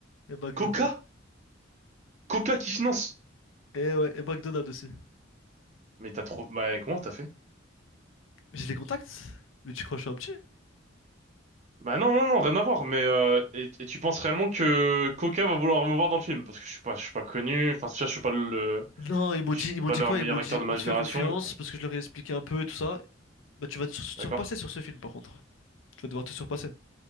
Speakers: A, on the left (about 80°); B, on the right (about 40°).
A: et McDonald's.
B: Coca? Coca qui finance?
A: Et ouais, et McDonald's aussi.
B: Mais t'as trop... Bah, comment t'as fait?
A: Mais j'ai des contacts? Mais tu crois que je suis un petit?
B: Bah non, non, non, rien à voir, mais... euh, et, et tu penses réellement que Coca va vouloir me voir dans le film? Parce que je suis pas, je suis pas connu, enfin, tu vois, je suis pas le...
A: Non, ils m'ont
B: Je
A: dit,
B: suis
A: ils m'ont
B: pas
A: dit
B: leur
A: quoi?
B: meilleur
A: Ils m'ont
B: acteur
A: dit,
B: de ma
A: on te
B: génération,
A: fait confiance parce que je leur ai expliqué un peu et tout ça. Bah, tu vas te sur- surpasser
B: d'accord?
A: sur ce film, par contre. Tu vas devoir te surpasser.